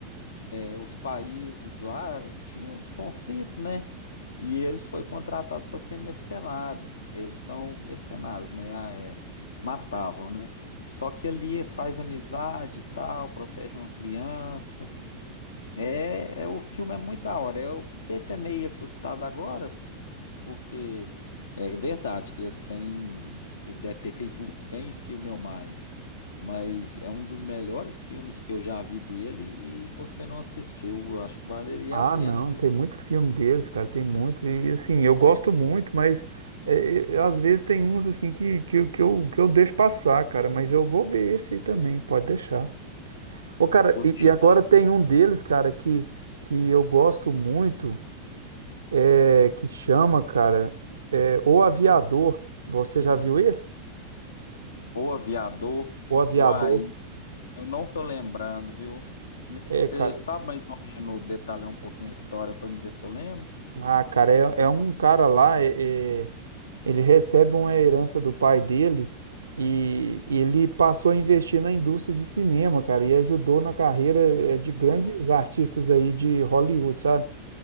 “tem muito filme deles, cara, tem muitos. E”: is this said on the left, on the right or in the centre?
Right